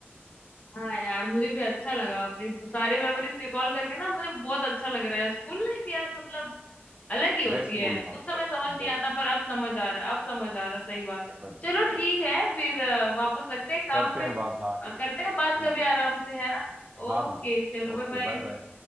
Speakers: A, on the left (about 35°); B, on the right (about 30°).
A: हाँ यार मुझे भी अच्छा लगा अपने सारे मेमोरीज रिकॉल करके ना मुझे बहुत अच्छा लग रहा है स्कूल लाइफ यार मतलब अलग ही होती
B: बेस्ट
A: है
B: बोलूंगा
A: उस
B: मैं
A: समय
B: बेस्ट
A: समझ नहीं
B: बेस्ट
A: आता पर अब समझ आ रहा है अब समझ आ रहा है सही बात है
B: सच
A: चलो
B: में
A: ठीक है फिर अ, वापस लगते हैं काम
B: करते
A: पे
B: हैं बात हाँ किसी
A: अ, करते
B: दिन
A: हैं
B: पे ठीक
A: बात कभी
B: है
A: आराम से है ना
B: हाँ
A: ओके
B: हाँ हाँ
A: चलो बाय
B: ओके
A: बाय
B: बाय बाय